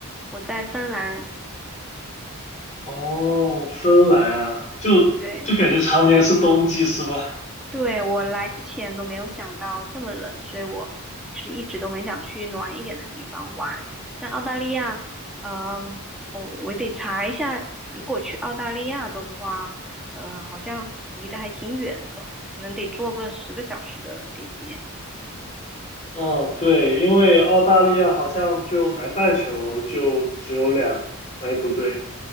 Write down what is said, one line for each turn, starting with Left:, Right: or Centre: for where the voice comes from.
Centre: 我在芬兰，
Left: 哦，芬兰啊，就
Centre: 对。
Left: 就感觉常年是冬季是吗？
Centre: 对，我来之前都没有想到这么冷，所以我其实一直都很想去暖一点的地方玩。但澳大利亚，嗯，我我得查一下，如果去澳大利亚的话，呃，好像离得还挺远的，可能得坐个十个小时的飞机。
Left: 嗯，对，因为澳大利亚好像就南半球就只有两，哎，不对。